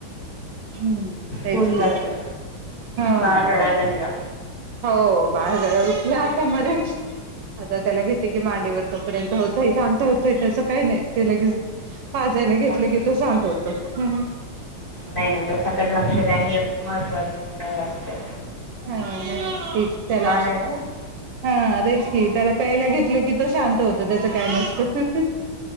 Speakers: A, on the right; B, on the left.
A: हुं तेच
B: होऊन जातं
A: की हो
B: बाळ
A: ना
B: रडायला
A: हो
B: लागला
A: हो बाळा <unintelligible> या आता मगाश् आता त्याला घेते की मांडीवर तोपर्यंत हो <unintelligible> शांत होतोय तस काही नाही ते लगेच पाजायला
B: काय?
A: घेतलं की तो शांत होतो. हम् ह.
B: नाही नाही त्याच्याकडे लक्ष द्या हे महत्त्वाचं अ असतय.
A: हा नाही तेच त्याला,
B: आहे ना
A: हा तेच की त्याला प्यायला घेतलं की तो शांत होतो त्याच काय नसत.